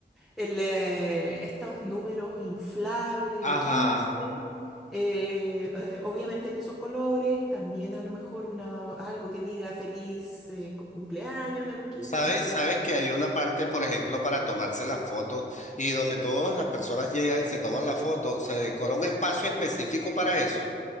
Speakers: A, in the centre; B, on the left.
A: el, eh, estos números inflables
B: Ajá.
A: de 15 eh, eh, obviamente en esos colores, también a lo mejor una, algo que diga feliz eh, cu- cumpleaños de los quince
B: Sabes,
A: no sé.
B: sabes que hay una parte, por ejemplo, para tomarse las fotos y donde todas las personas llegan y se toman la foto, se decora un espacio específico para eso,